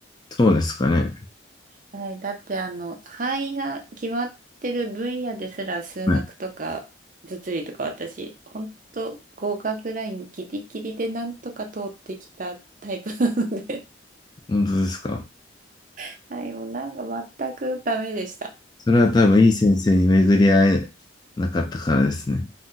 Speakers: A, on the left; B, on the right.
A: そうですかね。
B: はい。だってあの、範囲が決まってる分野ですら数学とか物理とか私、
A: はい。
B: 本当合格ラインギリギリでなんとか通ってきたタイプなので。
A: 本当ですか。
B: <laughs> はい、もうなんか全くダメでした。
A: それは多分いい先生に巡り合えなかったからですね。